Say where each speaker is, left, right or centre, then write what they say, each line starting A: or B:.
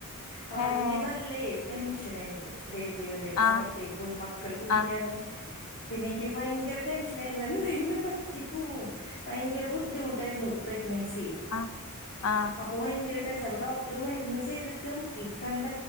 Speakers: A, on the left; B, on the left.
A: പാല്
B: ഏഹ്
A: ഇനിക്ക് നല്ല ടെൻഷന ആയിരുന്നു. ഡെലിവറിയുടെ
B: ആഹ്
A: സമയത്തേ മക്കള് കുഞ്ഞാണ്
B: ആഹ്
A: പിന്നെ എനിക്ക് ഭയങ്കര ടെൻഷനായിരുന്നു. എന്തെങ്കിലും പറ്റി പോവുവോ? ഭയങ്കര ബുദ്ധിമുട്ടായിരുന്നു പ്രഗ്നൻസി.
B: ആഹ് ആഹ്
A: അപ്പം ഭയങ്കര ടെൻഷൻ ഡോക്ടർ മരുന്ന് ചെയ്തിട്ടും ഈ കണ്ട